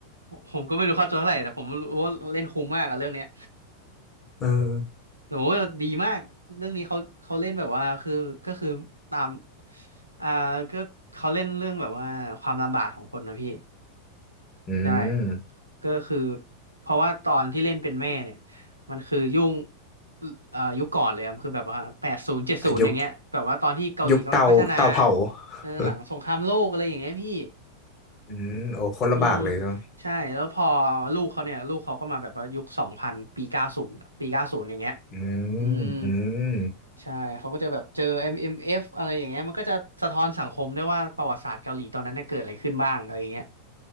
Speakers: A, on the right; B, on the left.
A: ผมก็ไม่รู้ค่าตัวเท่าไหร่แต่ผมรู้ว่าเล่นคุ้มมากอะเรื่องเนี้ย
B: <laughs> เออ
A: โหดีมากเรื่องนี้เขาเขาเล่นแบบว่าคือก็คือตามอ่าก็เขาเล่นเรื่องแบบว่าความลำบากของคนนะพี่
B: อืม
A: ใช่ก็คือเพราะว่าตอนที่เล่นเป็นแม่เนี่ยมันคือยุ่งเอ่อยุคก่อนเลยอะมันคือแบบว่าแปดศูนย์เจ็ดศูนย์อย่างเงี้ยแบบว่าตอนที่เกาหลีกำลังพัฒนา
B: ่ะยกยกเตาเตาเผา
A: เออหลังสงครามโลกอะไรอย่างเงี้ยพี่
B: <laughs> อืมโอ้โคนลำบากเลยจับ
A: อืมใช่แล้วพอลูกเขาเนี่ยลูกเขาก็มาแบบว่ายุคสองพันปีเก้าศูนย์ปีเก้าศูนย์อย่างเงี้ย
B: อืมอืม
A: อืมใช่เขาก็จะแบบเจอ MMF อมเอ็มเอฟอะไรอย่างเงี้ยมันก็จะสะท้อนสังคมด้วยว่าประวัติศาสตร์เกาหลีตอนนั้นน่ะเกิดอะไรขึ้นบ้างอะไรอย่างเงี้ย